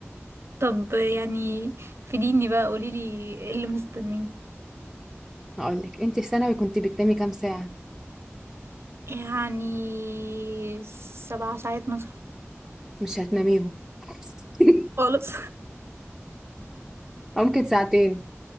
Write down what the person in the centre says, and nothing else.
هقولك انت في ثانوي كنت بتنامي كام ساعة
مش هتناميهم <laughs>
أو ممكن ساعتين